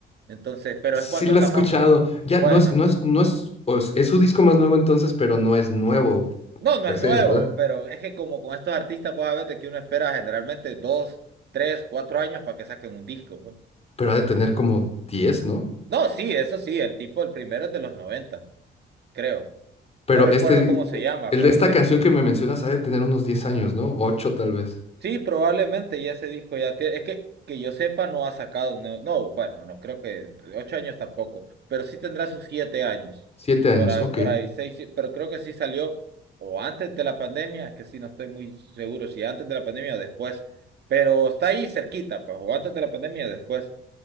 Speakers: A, on the right; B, on the left.
A: Entonces, pero
B: Sí
A: es cuando
B: la
A: estamos,
B: he escuchado. Ya,
A: bueno,
B: no es, no es, no es, o es, es su disco más nuevo entonces, pero no es nuevo
A: no, no
B: per
A: es
B: se,
A: nuevo,
B: ¿verdad?
A: pero es que como con estos artistas, vos sabés de que uno espera generalmente dos, tres, cuatro años para que saquen un disco. pues.
B: Pero ha de tener como 10, ¿no?
A: No, sí, eso sí, el tipo, el primero es de los 90, creo.
B: Pero
A: No recuerdo
B: este,
A: cómo se
B: eh,
A: llama,
B: el
A: pero
B: de esta
A: sí.
B: canción que me mencionas ha de tener unos 10 años, ¿no? 8 tal vez.
A: Sí, probablemente ya ese disco ya tiene. Es que, que yo sepa, no ha sacado un nuevo- No, bueno, no creo que. Ocho años tampoco, pero sí tendrá sus siete años.
B: siete años,
A: Por ahí,
B: ok.
A: por ahí, seis, sí, pero creo que sí salió o antes de la pandemia, que sí, no estoy muy seguro si antes de la pandemia o después. Pero está ahí cerquita, pues, o antes de la pandemia o después.